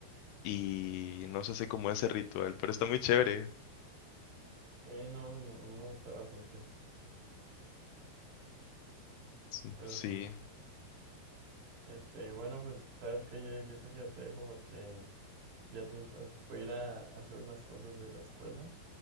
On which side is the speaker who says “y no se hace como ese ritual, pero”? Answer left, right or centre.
Left